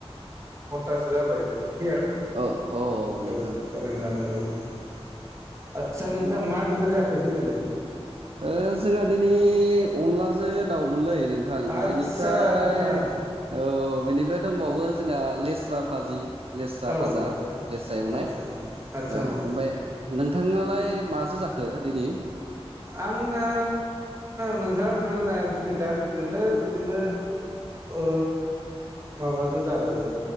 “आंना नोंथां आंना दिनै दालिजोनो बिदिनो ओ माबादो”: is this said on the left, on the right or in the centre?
Right